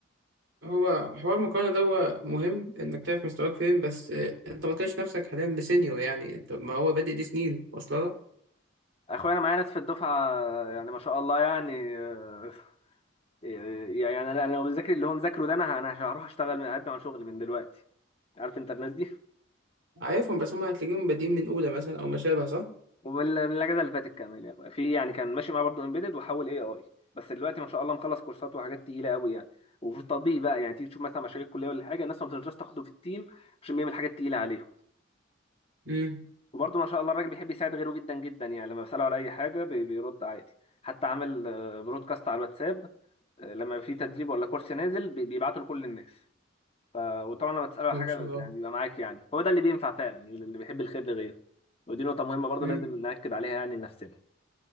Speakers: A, on the right (about 65°); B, on the left (about 30°).
A: هو حوار المقارنة ده هو مهم انك تعرف مستواك فين بس آه، انت ما تلاقيش نفسك حاليا بسينيور يعني انت ما هو بادئ دي سنين واصله لك
B: اخويا انا معايا ناس في الدفعه آه، يعني ما شاء الله يعني آه، آه، يعني انا أنا لو بذاكر اللي هو مذاكره ده انا انا هروح اشتغل من اقدم على شغل من دلوقتي عارف انت الناس دي
A: عارفهم بس هم هتلاقيهم بادئين من اولى مثلا او ما شابه صح؟
B: ومن من الاجازه اللي فاتت كمان يا اخويا في يعني كان ماشي معاه برضه امبيدد وحول اي اي بس دلوقتي ما شاء الله مخلص كورسات وحاجات تقيله قوي يعني وفي التطبيق بقى يعني تيجي تشوف مثلا مشاريع الكليه ولا حاجه الناس ما بتنجمش تاخده في التيم عشان بيعمل حاجات تقيله عليهم
A: امم
B: وبرضه ما شاء الله الراجل بيحب يساعد غيره جدا جدا يعني لما بسأله على أي حاجة بي- بيرد عادي حتى عامل آه، برودكاست على الواتساب آه، لما في تدريب ولا كورس نازل بي- بيبعته لكل الناس ف... وطبعا لما تسأله على
A: ما
B: حاجة
A: شاء الله
B: يعني بيبقى معاك يعني هو ده اللي بينفع فعلا يعني اللي بيحب الخير لغيره ودي نقطة مهمة برضه
A: امم
B: لازم نأكد عليها يعني لنفسنا